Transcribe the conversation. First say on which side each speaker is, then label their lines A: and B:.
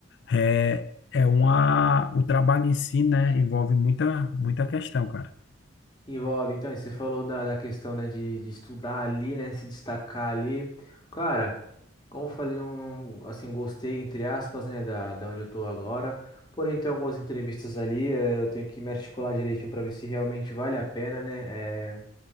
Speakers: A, on the left; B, on the left.
A: É, é uma, o trabalho em si, né, envolve muita, muita questão, cara.
B: Envolve, então, e você falou da, da questão, né, de, de estudar ali, né, se destacar ali. Cara, como eu falei, não, não- assim, gostei, entre aspas, né, da, da onde eu tô agora. Porém, tem algumas entrevistas ali, eh, eu tenho que me articular direitinho para ver se realmente vale a pena, né, eh,